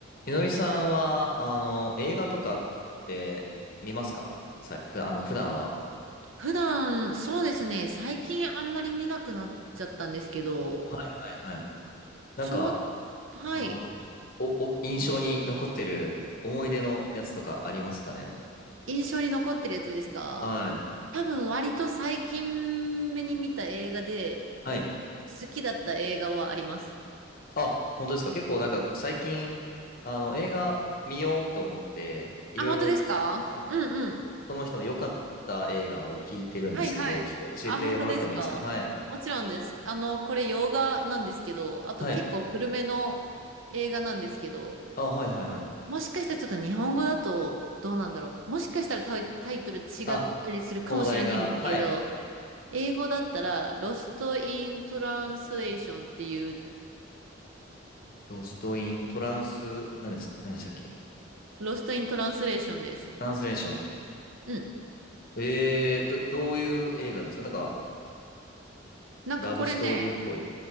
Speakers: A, on the left (about 45°); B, on the right (about 85°).
A: みのりさんは、あの、映画とかって見ますかさ、ふ、あの、普段は。
B: 普段、そうですね、最近あんまり見なくなっちゃったんですけど、
A: はいはいはい。なんか、
B: ちょう、はい、
A: あお、お、印象に残ってる思い出のやつとかありますかね
B: 印象に残ってるやつですか
A: はい。
B: 多分割と最近目に見た映画で、
A: はい。
B: 好きだった映画はあります。
A: あ、本当ですか結構なんか僕最近、あの、映画見ようと思って、いろいろ、
B: あ、本当ですかうんうん。
A: あの、その人の良かった映画を聞いてるんですけど、
B: はいはい。
A: ちょっと教えてもらってもいいですかはい。
B: あ、本当ですかもちろんです。あの、これ洋画なんですけど、あと結構古めの映画なんですけど、
A: はい。あ、はいはいはい。
B: もしかしたらちょっと日本語だとどうなんだろう。もしかしたらタイ、タイトル違ったりするかもしれないんですけど、
A: あ、放題が、はい。
B: 英語だったら、ロスト・イン・トランスレーションっていう、
A: ロストイン、トランス、何です、何でしたっけト
B: ロスト・イン・トランスレーションです。
A: ランスレーション。
B: うん。
A: えー、ど、どういう映画なんですかなんか、
B: なんかこれね、
A: ラブストーリーっぽい。